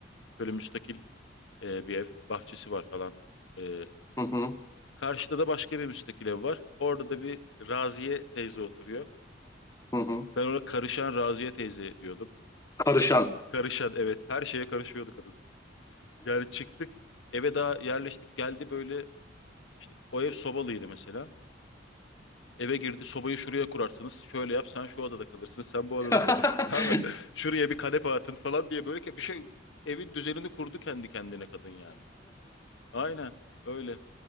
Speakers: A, on the left (about 75°); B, on the left (about 15°).
A: Böyle müstakil e, bir ev bahçesi var falan. E,
B: hı hı,
A: Karşıda da başka bir müstakil ev var. Orada da bir Raziye teyze oturuyor.
B: hı hı.
A: Ben ona karışan Raziye teyze diyordum.
B: Karışan.
A: Karışan evet her şeye karışıyordu kadın. Yani çıktık eve daha yerleştik geldi böyle işte o ev sobalıydı mesela. Eve girdi sobayı şuraya kurarsınız. Şöyle yap sen şu odada kalırsın sen bu odada
B: <laughs>
A: kalırsın <laughs> tamam mı?
B: <laughs>
A: Şuraya bir kanepe atın falan diye böyle bir şey evin düzenini kurdu kendi kendine kadın yani. Aynen öyle.